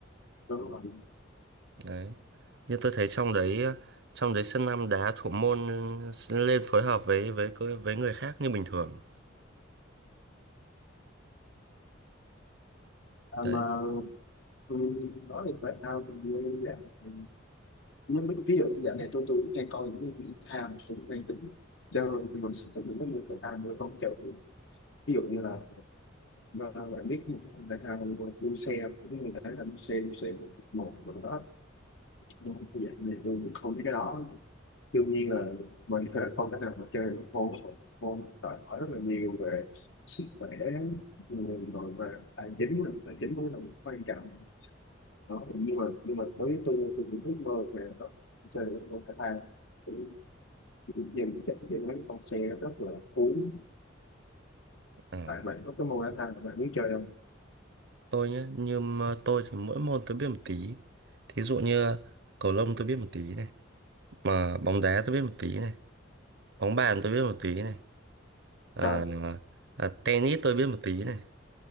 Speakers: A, on the left (about 70°); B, on the right (about 65°).
A: đúng rồi
B: Đấy. như tôi thấy trong đấy ờ, trong đấy sân năm đá thủ môn lên phối hợp với với với người khác như bình thường
A: à,
B: đấy
A: mà ừ, nói về thể thao thì như em dạng này, nhưng mà ví dụ dạng này tôi tôi cũng hay coi những cái thể thao tôi cũng hay tính chơi thì mình sẽ có những cái người thể thao người không chơi ví dụ như là ờ, bạn biết một cái thể thao như là đua xe những người ta làm đua xe đua xe một một rồi đó nhưng mà cái dạng này tôi cũng không biết cái đó đương nhiên là mình không thể nào mà chơi một môn môn đòi hỏi rất là nhiều về sức khỏe người rồi về tài chính nữa. tài chính cũng là quan trọng đó nhưng mà nhưng mà với tôi tôi cũng ước mơ về nó chơi được môn thể thao thì dần chắc dần mấy con xe rất là cuốn
B: à,
A: tại bạn có cái môn thể thao là bạn muốn chơi đâu
B: tôi nhé như mà tôi thì mỗi môn tôi biết một tí thí dụ như cầu lông tôi biết một tí này mà bóng đá tôi biết một tí này bóng bàn tôi biết một tí này à,
A: trời
B: à, tennis tôi biết một tí này